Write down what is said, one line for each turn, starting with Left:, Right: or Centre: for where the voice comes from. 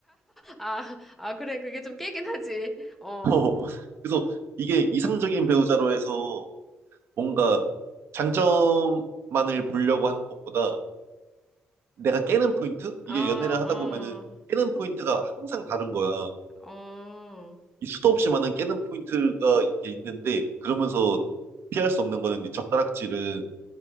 Centre: 아, 아, 그래. 그게 좀 깨긴 하지. 어,
Right: <laughs> 어, 그래서 이게 이상적인 배우자로 해서 뭔가 장점만을 보려고 하는 것보다 내가 깨는 포인트?
Centre: 아,
Right: 이게 연애를 하다 보면은 깨는 포인트가 항상 다른 거야.
Centre: 어, 어,
Right: 이 수도 없이 많은 깨는 포인트가 이게 있는데 그러면서 피할 수 없는 거는 이 젓가락질은